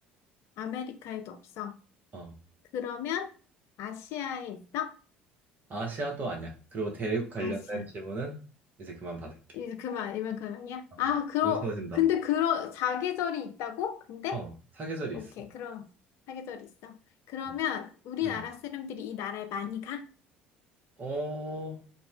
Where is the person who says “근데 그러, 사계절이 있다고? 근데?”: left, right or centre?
Left